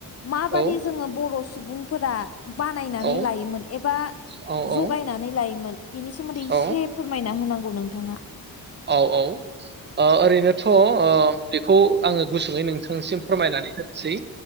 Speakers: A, on the left (about 45°); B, on the right (about 30°).
A: माबादि
B: औ
A: जोङो बर' सु सुबुंफोरा। बानायनानै
B: औ
A: लायोमोन एबा
B: औ
A: जगायनानै लायोमोन। बिनि सोमोन्दै
B: औ
A: इसे फोरमायना होनां गौ नोंथाङा।
B: औ औ ओ ओरैनोथ'‌ ओ बेखौ आङो गुसुङै नोंथांसिम फोरमायनानै होनोसै।